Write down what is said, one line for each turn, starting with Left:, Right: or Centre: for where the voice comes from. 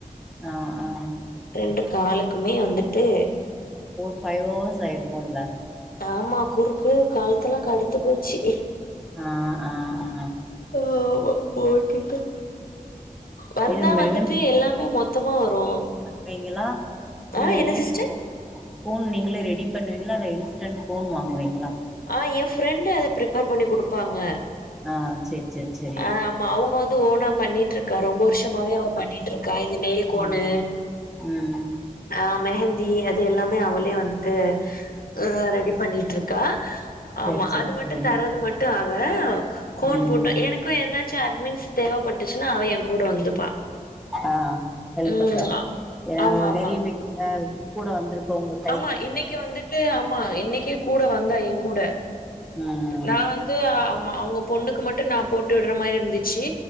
Centre: ஆ ஆ
Left: ரெண்டு காலுக்குமே வந்துட்டு
Centre: ஃபோர் ஃபைவ் அவர்ஸ் ஆயிருக்குல்ல
Left: ஆமா குறுக்கு கழுத்தெல்லா கடுத்து போச்சி
Centre: ஆ ஆ ஆ
Left: ஆமா போட்டுட்ட வந்தா
Centre: இது மெஹந்திக்கே
Left: வந்துட்டு எல்லாமே மொத்தமா வரு
Centre: பண்ணுவீங்களா இல்ல
Left: ஆ
Centre: வெளில
Left: என்ன சிஸ்டர்
Centre: கோன் நீங்களே ரெடி பண்ணுவீங்ளா இல்ல இன்ஸ்டன்ட் கோன் வாங்குவீங்களா
Left: ஆ ஏ ஃப்ரெண்டு ப்ரிப்பர் பண்ணி குடுப்பாங்க
Centre: ஆ சேரி சேரி சேரி
Left: ஆ மா அவ்ங்க வந்து ஓனா பண்ணிட்ருக்கா ரொம்ப வர்ஷமாவே அவ பண்ணிட்ருக் கா இந்த நெயில் கோனு
Centre: ம் ம்
Left: ஆ மெஹந்தி அது எல்லாமே அவளே வந்துட்டு அ ரெடி பண்ணிட்ருக்கா
Centre: சேர்
Left: ஆமா
Centre: சேர்
Left: அது மட்டு
Centre: சரி
Left: தர்றது மட்டு அவ கோன்
Centre: ம்
Left: போட்ட எனக்கு ஏத்னாச்சு அட்மின்ஸ் தேவப்பட்டுச்சுன்னா அவ ஏங் கூட வந்துப்பா
Centre: ஆ ஹெல்ப்ப்புக்கு
Left: ம்
Centre: ஆ
Left: ஆமா ஆமா
Centre: நறைய பே ஆ கூட வந்துருக்கவ்ங்களு
Left: ஆமா இன்னைக்கு வந்துட்டு ஆமா இன்னைக்கே கூட வந்தா ஏங்கூட
Centre: ம்
Left: நா வந்து ஆமா அவ்ங்க பொண்ணுக்கு மட்டு நா போட்டு விட்ற மாரி இருந்துச்சு